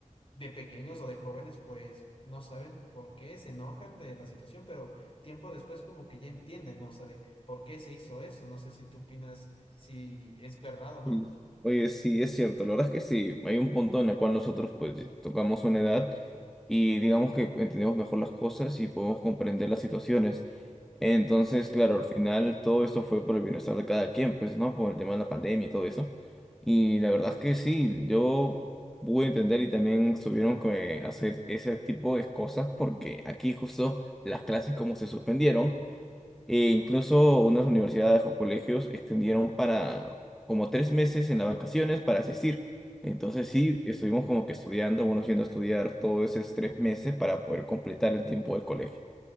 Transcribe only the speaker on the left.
de pequeños o de jóvenes, pues no saben por qué se enojan de la situación, pero tiempo después como que ya entienden, ¿no? O sea, de por qué se hizo eso. No sé si tú opinas si es verdad o no.
Wao.